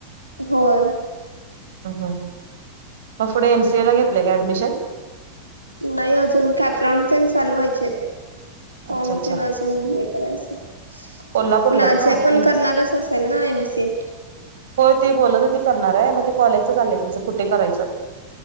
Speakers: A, on the right (about 90°); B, on the right (about 60°).
A: होय.
B: हम हम. मग पुढे एमसीए ला घेतलंय काय ॲडमिशन?
A: नाही अजून कॅप्राॅन ते चालू व्हायचे
B: अच्छा
A: फॉर्म
B: अच्छा
A: तेण अजून हे करायचं
B: कोल्हापूरलाच
A: नाझिया
B: ना
A: पण
B: एम
A: करणारच असेल ना एम सी ए?
B: होय ती बोलत होती करणार आहे मग ते कॉलेजचं चाललंय तिचं कुठे करायचं.